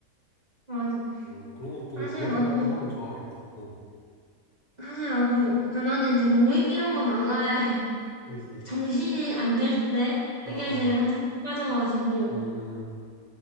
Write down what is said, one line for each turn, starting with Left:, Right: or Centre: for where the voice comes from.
Right: 맞아.
Left: 어, 그런 것도
Right: 사실
Left: 넌,
Right: 나도
Left: 넌 하면 좋아하겠다. 어.
Right: 사실 나도 그러니까 나는 이제 모임 이런 거 나갈
Left: 응,
Right: <laughs>
Left: 응.
Right: 정신이 안 들 때 뜨개질
Left: 아,
Right: 한창 빠져가지고.
Left: 음,